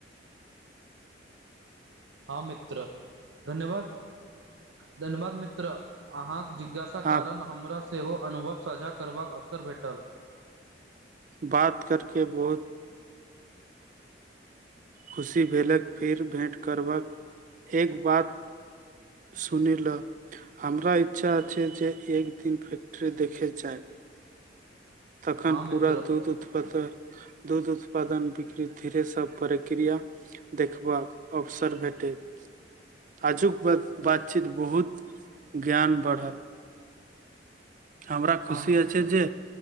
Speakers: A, on the right (about 80°); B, on the right (about 45°).
A: हँ मित्र धन्यवाद धन्यवाद मित्र अहाँ जिज्ञासा कारण
B: आप
A: हमरा सेहो अनुभव साझा करबाक अवसर भेटल
B: बात करके बहुत खुशी भेलक फेर भेँट करबाक एक बात सुनि लऽ हमरा इच्छा छै जे एक दिन फैक्ट्ररी देखय जाइ तखन
A: हँ मित्र
B: पूरा दूध उत्पादन दूध उत्पादन धीरेसभ प्रक्रिया देखबाक अवसर भेटैत आजुक बात बातचीत बहुत ज्ञान बढ़ल हमरा खुशी
A: हँ मित्र
B: अछि जे